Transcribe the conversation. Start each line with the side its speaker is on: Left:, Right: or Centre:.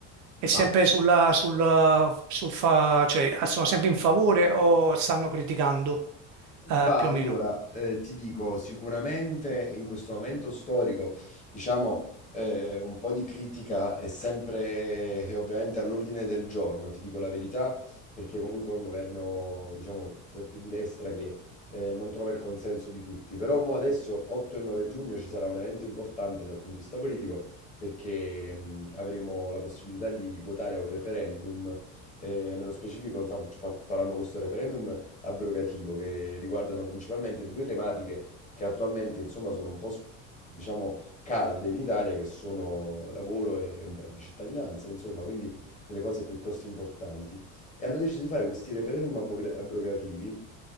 Right: È sempre
Left: ma
Right: sulla, sulla- sul fa- cioè, sono sempre in favore o stanno criticando,
Left: Bah,
Right: eh, più
Left: allora,
Right: o meno?
Left: eh, ti dico, sicuramente in questo momento storico, diciamo, eh, un po' di critica è sempre eh, ovviamente all'ordine del giorno, ti dico la verità, perché comunque è un governo, diciamo, tra- più di destra che eh, non trova il consenso di tutti. Però mo adesso, 8 e 9 giugno, ci sarà un evento importante dal punto di vista politico, perché mh, avremo la possibilità di votare a un referendum. Eh, nello specifico fan- fa- faranno questo referendum abrogativo che riguardano principalmente due tematiche che attualmente insomma sono un po' s- diciamo calde in Italia che sono lavoro e un po' la cittadinanza, insomma, quindi delle cose piuttosto importanti e hanno deciso di fare questi referendum abogra- abrogativi